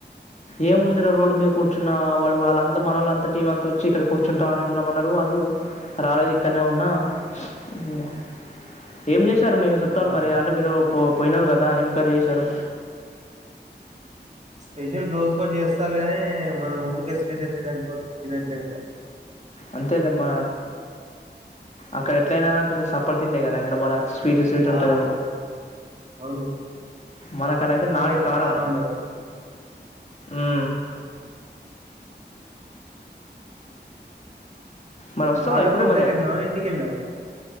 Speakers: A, on the left; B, on the right.
A: ఏంముందిరా రోడ్డు మీద కూర్చున్న వాడు వాళ్ళంత మన్నోళ్ళంత టీం అంత వచ్చి ఇక్కడ కూర్చుంటాని ఉన్నామన్నారు వాళ్ రు రాలేదు ఇక్కన్నే ఉన్న ఉ ఏం జెస్ టరు మీ చుట్టాలు
B: అవునా
A: మరి అంటే మీరు పో పోయినావు కదా ఎం కర్రి చేశారు
B: స్పెషల్ రోజు కూడా చేస్తారు కానీ మనం ఊరికే స్పెషల్ తిననికికో తినట్లేదుక
A: అంతేలే మన అక్కడ ఎట్లయినా కొంచెం సఫడ్ తిండే కదా హైదరాబాద్ స్వీట్ స్వీట్ ఉంటదెమో
B: ఆ అవును
A: మనకనయితే
B: మన
A: నాటు
B: లెక్క
A: కారం
B: ఉండదు
A: ఉ మరి వస్తావా
B: వాటర్
A: ఇప్పుడు
B: ఫ్రంట్
A: మరి
B: దగ్గర ఉన్నావా ఇంటికి వెళ్ళావా నువ్వు